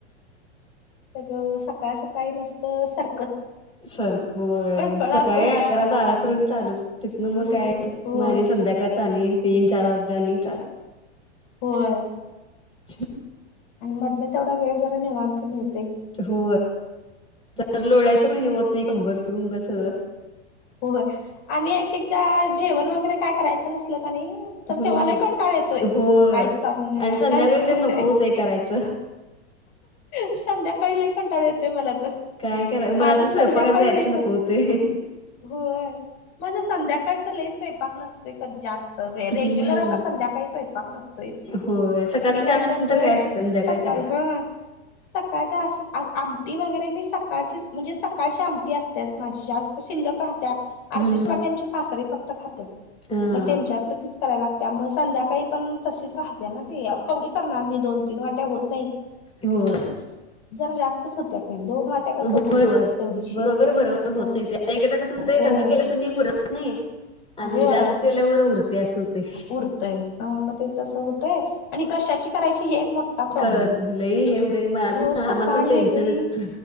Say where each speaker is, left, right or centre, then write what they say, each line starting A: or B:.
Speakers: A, on the left (about 55°); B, on the left (about 15°).
A: सगळं सकाळ सकाळी नुसतं सार
B: सारखं आहे
A: फळाफळ
B: सकाळी अकरा बारा पर्यंत चालूच तिथन मग
A: लई
B: काय?
A: होय
B: मग आणि संध्याकाळच आणि तीन चार वाज आणि चालू.
A: होय.
B: ह.
A: आणि मधला तेवढा वेळ जरा निवांत मिळत.
B: हो जर लोळ्याच पण हेवत नाही कंबरंबस
A: होय आणि एक एकदा जेवण वगैरे काय करायचं नसल. नाही तर
B: हम्म
A: तेघाला कों टाळा येतोय
B: होय
A: काहीच काम नाही
B: आणि संध्याकाळी
A: काहीच काम
B: तर नको
A: नाही.
B: होतंय करायचं
A: संध्याकाळी ल कंटाळा येतोय मला तर
B: काय कराय
A: माझ
B: मला तर
A: संध्याकाळी
B: स्वयंपाकाला जायचं
A: लईनसते
B: नको होतंय.
A: होय म्हणजे संध्याकाळच लेस पेयपाक नसतोय जास्त, <inaudible> तर
B: हं,
A: रेग्युलर असा संध्याकाळी स्वयपाक नसतोच,
B: होय. सकाळचं
A: मी काय
B: जास्त
A: करतोय
B: असलं तर काय संध्याकाळी
A: सकाळी
B: करायला लागेल.
A: हा सकाळचा अस, आज आमटी वगैरे मी सकाळचीच म्हणजे सकाळची आमटी असतेच माझी जास्त शिल्लक राहत्या अर्धीच
B: हं,
A: वाटी आमचे सासरे फक्त खातात
B: हां.
A: मग त्यांच्या प्रतीच करायला त्यामुळे संध्याकाळी पण तशीच राहते ना ते कवडी करणार मी दोन तीन वाट्या होत नाही.
B: होय.
A: जरा जास्तच होत्या काही दोन वाट ते कसं
B: होय,
A: होईल
B: होय.
A: तेव्हडीशी
B: बरोबर, बरोबर
A: मग
B: होत नाही एकदा कसं ते
A: होय
B: कमी केलं कनी पुरत नाही. आणि
A: होय
B: जास्त केल्यावर उरतंय असं होतंय.
A: उरतंय हं मग ते तसं होतं य आणि क त्याची करायची हे एक मोठा प्रॉब्लेम
B: कळत नाही लई येऊ दे, आम्हाला
A: रोज सकाळी
B: पण टेन्शनच.
A: वेगळी